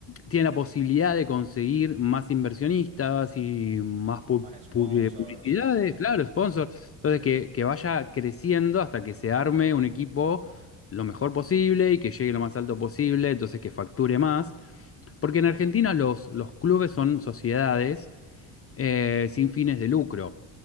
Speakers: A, on the left (about 30°); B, on the right (about 60°).
A: tiene la posibilidad de conseguir más inversionistas y más pu-
B: Más sponsors,
A: pu- eh, publicidades,
B: exacto.
A: claro, sponsors. Entonces, que, que vaya creciendo hasta que se arme un equipo lo mejor posible y que llegue lo más alto posible, entonces que facture más. Porque en Argentina los, los clubes son sociedades eh, sin fines de lucro